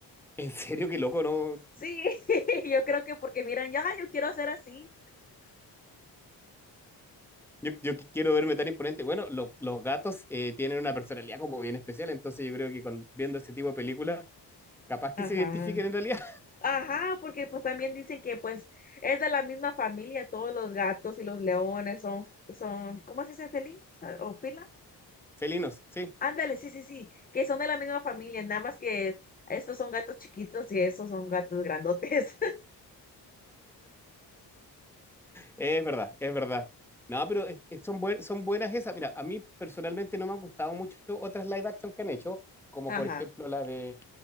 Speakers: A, in the centre; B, on the left (about 20°).
A: en serio, qué loco, ¿no?
B: Sí, <laughs> yo creo que porque miran, ya, yo quiero hacer así.
A: Yo, yo qui- quiero verme tan imponente. Bueno, lo- los gatos eh, tienen una personalidad como bien especial, entonces yo creo que con- viendo este tipo de películas, capaz que
B: Ajá.
A: se identifiquen en realidad.
B: Ajá, porque pues también dicen que pues es de la misma familia, todos los gatos y los leones son, son, ¿cómo se dice? ¿Felinos? Ah, ¿O fila?
A: <laughs> Felinos, sí.
B: Ándale, sí, sí, sí, que son de la misma familia, nada más que estos son gatos chiquitos y esos son gatos grandotes.
A: Es verdad, es verdad. No, pero es- es- son, buen- son buenas esas. Mira, a mí personalmente no me han gustado mucho otras live action que han hecho, como
B: <laughs> Ajá.
A: por ejemplo la de